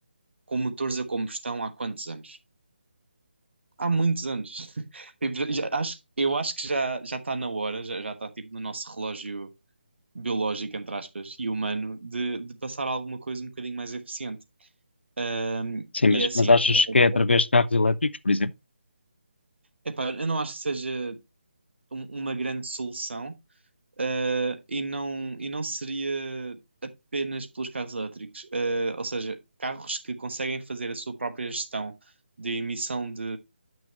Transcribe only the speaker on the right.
com motores a combustão há quantos anos? Há muitos anos. <laughs> Tipo, já- já acho, eu acho que já, já está na hora, já, já está tipo, no nosso relógio biológico, entre aspas, e humano, de, de passar a alguma coisa um bocadinho mais eficiente. Um,
e é assim,
é, é,
epá, eu não acho que seja um- uma grande solução, ah, e não, e não seria apenas pelos carros elétricos. Ah, ou seja, carros que conseguem fazer a sua própria gestão de emissão de,